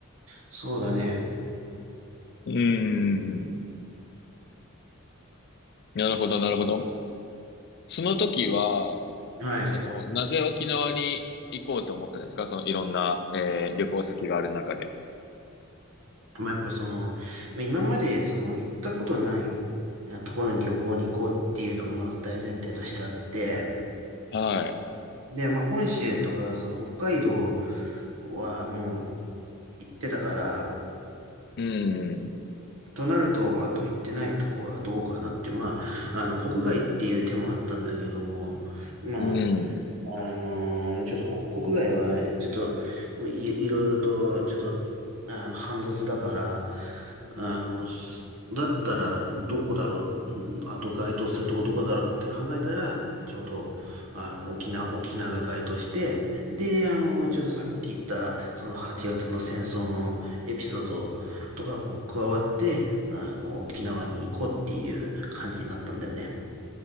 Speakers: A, on the right; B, on the left.
A: そうだね。
B: うーん。なるほど、なるほど。その時は、
A: はい。
B: その、なぜ沖縄に行こうと思ったんですかその、いろんな、えー旅行先がある中で。
A: まあ、やっぱその、まあ、今までその行ったことないあところに旅行に行こうっていうのがまず大前提としてあって、
B: はい。
A: で、まあ本州とかその北海道はもう行ってたから、
B: うん。
A: となると、あと行ってないとこはどうかなって、まあ、あの、国外っていう手もあったんだけども、まあ、
B: うん。
A: あのーちょっとこ国外は、ちょっと、もうい、いろいろと、ちょっと、あの、煩雑だから、あの、すだったら、どこだろう、うんあと該当するとこどこだろうって考えたら、ちょうど、あの、沖縄、沖縄が該当して、で、あの、ちょうどさっき言った、その8月の戦争のエピソードとかも加わって、あの、沖縄に行こうっていう感じになったんだよね。